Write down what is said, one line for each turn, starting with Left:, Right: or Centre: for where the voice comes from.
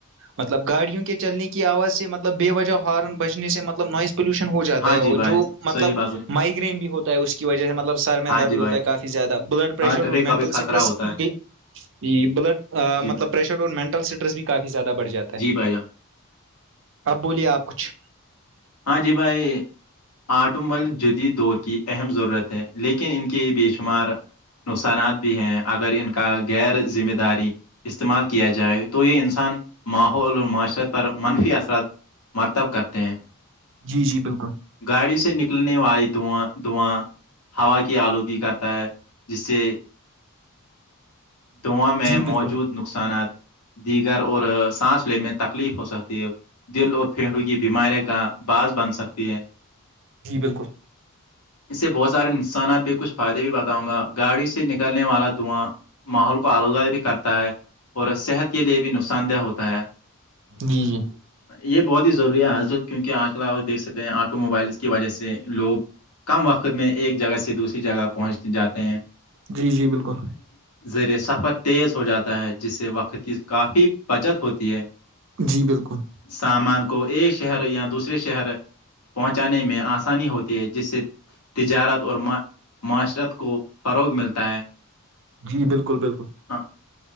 Right: مطلب گاڑیوں کے چلنے کی آواز سے مطلب بے وجہ ہارن بجنے سے مطلب نوائز پوشن ہو جاتا
Left: ہاں
Right: ہے
Left: جی
Right: اور
Left: بھائی
Right: جو مطلب
Left: صحیح بات بولی
Right: مائگرین بھی ہو ہے اس کی وجہ سے مطلب سر میں
Left: ہاں
Right: درد
Left: جی بھائی
Right: ہوتا ہے کافی زیادہ بلڈ پرریشر
Left: ہارٹ
Right: اور
Left: اٹیک کا
Right: مینٹل
Left: بھی
Right: اسٹریس
Left: خطرہ ہوتا ہے
Right: گ ج بلڈ
Left: جی
Right: مطلب
Left: بھائی
Right: پریشر اور مینٹل اسٹریس بھی کافی زیادہ بڑھ جاتا ہے
Left: جی بھائی جان
Right: اب بولیے آپ کچھ
Left: ہاں جی بھائی آٹومل جدید دور کی اہم ضرورت ہے لیکن ان کے بے شمار نقصانات بھی ہیں اگر ان کا غیر ذمہ داری استعمال کیا جائے تو یہ انسان ماحول اور معاشرت پر منفی اثرات مرتب کرتے ہیں
Right: جی جی بالکل
Left: گاڑی سے نکلنے والی دھواں دھواں ہوا کی آلودگی کرتا ہے جس سے داں میں
Right: جی بالکل
Left: موجود نقصانات دیگر اور سانس لینے تکلیف ہو سکتی ہے دل اور پھیڑ کی بیمارییا کا باز بن سکتی ہے
Right: جی بالکل
Left: اس سے بہت سارے نسانات بھی کچھ فائدے بھی بتاؤں گا گاڑی سے نکلنے والا دھواں ماحول کو آلودی بھی کرتا ہے اور صحت کے لیے بھی نقصان دہ ہوتا ہے
Right: جی جی
Left: یہ بہت ہی ضروری ہے آج کل کیونکہ آج کل آ دیکھ سکتے ہیں آٹو موبائلس کی وجہ سے لوگ کم وقت میں ایک جگہ سے دوسری جگہ پہنچ جاتے ہیں
Right: جی جی بالکل
Left: زیر سفر تیز ہو جاتا ہے جس سے وقت کی کافی بچت ہوتی ہے
Right: جی بالکل
Left: سامان کو ایک شہر یا دوسرے شہر پہنچانے میں آسانی ہوتی ہے جس سے تجارت اور معاشرت کو فروغ ملتا ہے
Right: جی بالکل بالکل
Left: ہاں